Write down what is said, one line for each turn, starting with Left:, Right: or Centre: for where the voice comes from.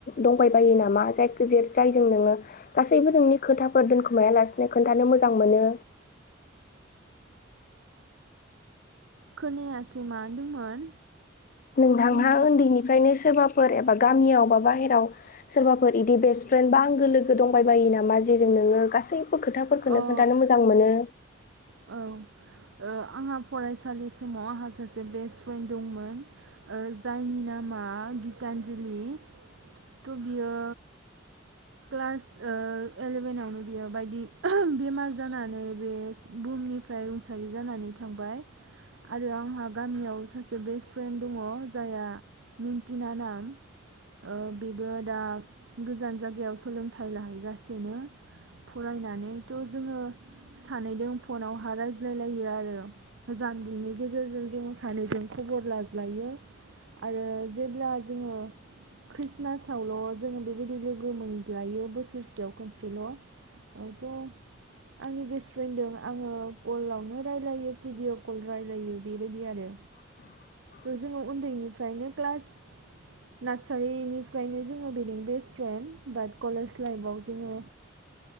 Left: दंबायबायो नामा? जायखि जा जायजों नोङो गासैबो नोंनि खोथाफोर दोनखुमायालासिनो खोन्थानो मोजां मोनो।
Right: खोनायासै मा होनदोंमोन?
Left: नोंथांहा
Right: बुंफिन
Left: उन्दैनिफ्रायनो सोरबाफोर एबा गामियाव बा बाहेराव सोरबाफोर इदि बेस्ट फ्रेन्ड बा आंगो लोगो दंबायबायो नामा जेजों नोङो गासैबो खोथा फोरखोनो
Right: अ औ
Left: खोन्थानो मोजां मोनो।
Right: औ। ओ आंहा फरायसालि समाव आंहा सासे बेस्ट फ्रेन्ड दंमोन। जायनि नामा गितानजलि थ' बियो क्लास ओ एलेभेनावनो बियो बायदि बेमार जानानै बेस बुहुमनिफ्राय रुंसारि जानानै थांबाय। आरो आंहा गामियाव सासे बेस्ट फ्रेन्ड दङ जाया मिन्थिना नाम ओ बेबो दा गोजान जागायाव सोलोंथाइ लाहैगासिनो। फरायनानैथ' जोङो सानैदों फनावहा रायज्लायलायो आरो। जानबुंनि गेजेरजों जों सानैजों खबर लाज्लायो। आरो जेब्ला जोङो खृस्टमासावल' जोङो बेबायदि लोगो मोनज्लायो बोसोरसेयाव खनसेल'। ओ थ' आंनि बेस्ट फ्रेन्डदों आङो कलावनो रायलायो भिडिअ कल रायलायो बेबायदि आरो।
Left: <inaudible>
Right: थ' जोङो उन्दैनिफ्रायनो क्लास नादचारिनिफ्रायनो जोङो बेदों बेस्ट फ्रेन्ड बाथ कलेज लाइफआव जोङो